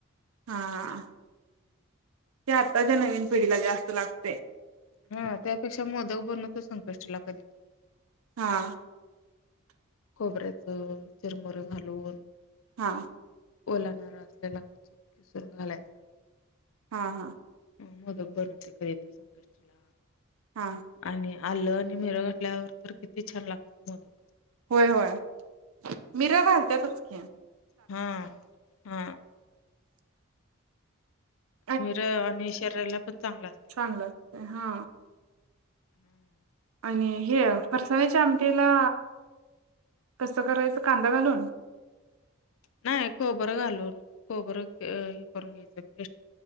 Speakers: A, on the right; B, on the left.
A: हा. ते आताच्या नवीन पिढीला जास्त लागते.
B: हा त्यापेक्षा मोदक बनण तो संकष्टला कधी.
A: हा.
B: खोबऱ्याच चिरमुरं घालून.
A: हां.
B: ओलाणारा असलेला कुच किसून घालायचा.
A: हा हा.
B: मोदक बनवते कधी तर संकष्टीला.
A: हां.
B: आणि आलं आणि मर घटल्यावर तर किती छान लागतात मोदक.
A: होय होय मिरा घालत तुचके.
B: हम. हा.
A: ह
B: मीर आणि शरयला पण चांगला असत
A: चांगलं असतय हा
B: हम्म
A: आणि हे फरसाण्याच्या आमटीला कसं करायचं कांदा घालून
B: नाही कोबरं घालून कोबरं हे करून घ्यायचं